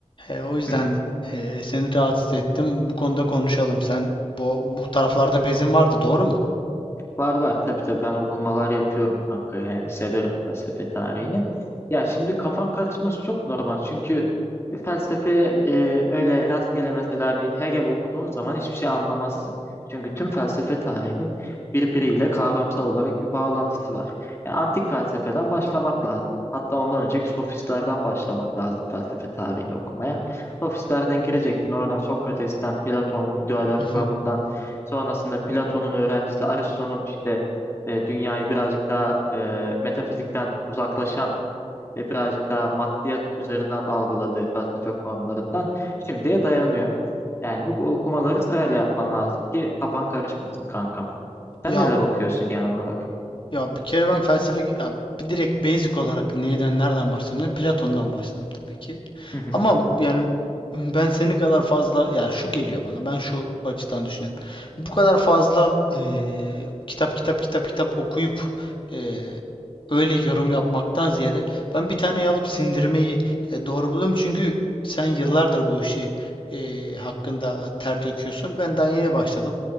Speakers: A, on the left; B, on the left.
A: E, o yüzden
B: hı hı.
A: e, seni rahatsız ettim. Bu konuda konuşalım. Sen bu, bu taraflarda bezin vardı, doğru mu?
B: Var var tabii tabii ben okumalar yapıyorum kanka yani severim felsefe tarihini. Ya şimdi kafan karışması çok normal çünkü e, felsefe e, öyle rastgele mesela bir Hegel okuduğun zaman hiçbir şey anlamazsın. Çünkü tüm felsefe tarihinin birbiriyle kavramsal olarak bir bağlantısı var. Yani antik felsefeden başlamak lazım. Hatta ondan önceki sofistlerden başlamak lazım felsefe tarihini okumaya. Sofistlerden gireceksin oradan Sokrates'ten, Platon'un idealer
A: Hı hı.
B: kuramından Sonrasında Platon'un öğrencisi Aristo'nun işte e, dünyayı birazcık daha e, metafizikten uzaklaşan ve birazcık daha maddiyat üzerinden algıladığı felsefe kuramlarından şimdiye dayanıyor. Yani bu okumaları sırayla yapman lazım ki kafan karışmasın kankam. Sen
A: Ya
B: neler okuyorsun genel olarak?
A: Ya bir kere ben felsefe ya bir direkt basic olarak neyden nereden başladım? Platon'dan başladım tabii ki.
B: Hı hı,
A: Ama yani ben senin kadar fazla ya şu geliyor bana. Ben şu açıdan düşünüyorum. Bu kadar fazla eee, kitap kitap kitap kitap okuyup eee, öyle yorum yapmaktan ziyade ben bir tane alıp sindirmeyi e, doğru buluyorum. Çünkü sen yıllardır bu işi eee, hakkında ter döküyorsun. Ben daha yeni başladım.